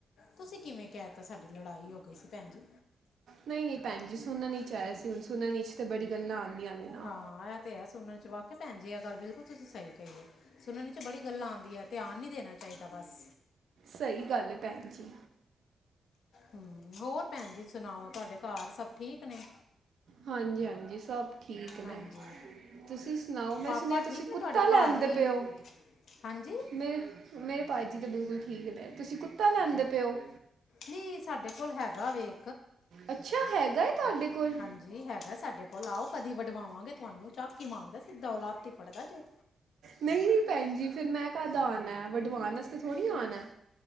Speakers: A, on the left; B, on the right.
A: ਤੁਸੀਂ ਕਿਵੇਂ ਕੈ ਦਿੱਤਾ ਸਾਡੀ ਲੜਾਈ ਹੋ ਗਈ ਸੀ ਭੈਣ ਜੀ।
B: ਨਈ-ਨਈ ਭੈਣ ਜੀ ਸੁਣਨ 'ਚ ਆਯਾ ਸੀ ਹੁਣ ਸੁਣਨ ਤੇ ਬੜੀ ਗੱਲਾਂ ਆਂਦੀਆਂ ਨੇ। ਨਾ
A: ਹਾਂ ਇਹ ਤੇ ਐ ਸੁਣਨ ਨੂੰ ਵਾਕੇ ਭੈਣ ਜੀ ਇਹ ਗੱਲ ਬਿਲਕੁਲ ਤੁਸੀਂ ਸਈ ਕਈ ਏ। ਸੁਣਨ 'ਚ ਬੜੀ ਗੱਲਾਂ ਆਂਦੀਆਂ ਧਿਆਨ ਨਈ ਦੇਣਾ ਚਾਈਦਾ ਬਸ
B: ਸਈ ਗੱਲ ਏ ਭੈਣ ਜੀ।
A: ਹੂੰ ਹੋਰ ਭੈਣ ਜੀ ਸੁਣਾਓ ਤੁਹਾਡੇ ਘਰ ਸਭ ਠੀਕ ਨੇ।
B: ਹਾਂਜੀ-ਹਾਂਜੀ ਸਭ ਠੀਕ ਨੇ।
A: ਹਾਂਜੀ
B: ਤੁਸੀਂ ਸੁਣਾਓ ਮੈਂ
A: ਪਾਪਾ
B: ਸੁਣਿਆ
A: ਠੀਕ
B: ਤੁਸੀਂ ਕੁੱਤਾ
A: ਨੇ ਤੁਹਾਡੇ
B: ਲੈਂਦੇ
A: ਭਾਜੀ?
B: ਪਏ ਓ।
A: ਹਾਂਜੀ
B: ਮੇ ਮੇਰੇ ਭਾਜੀ ਤੇ ਬਿਲਕੁਲ ਠੀਕ ਨੇ ਤੁਸੀਂ ਕੁੱਤਾ ਲੈਂਦੇ ਪਏ ਓ।
A: ਨਈ ਸਾਡੇ ਕੋਲ ਹੈਗਾ ਵੇ।
B: ਅੱਛਾ ਹੈਗਾ ਐ ਤੁਹਾਡੇ ਕੋਲ
A: ਜੀ ਹੈਗਾ ਸਾਡੇ ਕੋਲ ਆਓ ਕਦੀ ਵਡਵਾਵਾਂਗੇ ਤੁਹਾਨੂੰ ਝਕ ਹੀ ਮਾਰਦਾ ਸਿੱਧਾ ਓ ਲੱਤ ਈ ਫੜਦਾ ਜੇ।
B: ਨਈ-ਨਈ ਭੈਣ ਜੀ ਫਿਰ ਮੈਂ ਕਦ ਆਣਾ ਵਢਵਾਣ ਵਾਸ ਥੜ੍ਹੀ ਆਣਾ।